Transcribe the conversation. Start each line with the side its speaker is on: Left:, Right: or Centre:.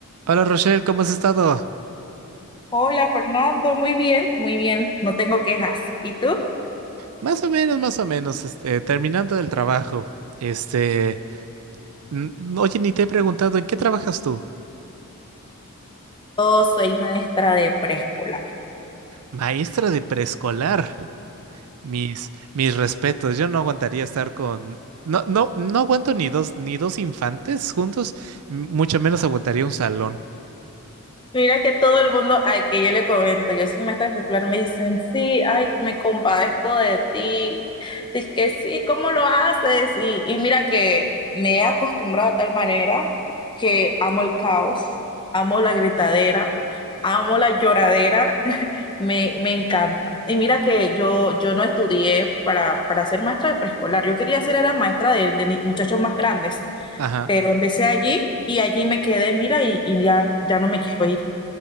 Right: Hola Rochelle, ¿cómo has estado?
Left: Hola Fernando, muy bien, muy bien, no tengo quejas. ¿Y tú?
Right: Más o menos, más o menos, este, terminando el trabajo. Este, n- oye, ni te he preguntado, ¿en qué trabajas tú?
Left: Yo soy maestra de preescolar.
Right: Maestra de preescolar. Mis, mis respetos, yo no aguantaría estar con, no, no, no aguanto ni dos, ni dos infantes juntos, m- mucho menos aguantaría un salón.
Left: Mira que todo el mundo al que yo le comento, yo soy maestra especular, me dicen, sí, ay, me compadezco de ti. Dice que sí, ¿cómo lo haces? Y, y mira que me he acostumbrado a tal manera que amo el caos, amo la gritadera, amo la lloradera, <laughs> me, me encanta. Y mira que yo, yo no estudié para, para ser maestra de preescolar, yo quería ser era maestra de, de ni- muchachos más grandes,
Right: Ajá,
Left: pero empecé allí y allí me quedé, mira, y, y ya, ya no me quiero ir.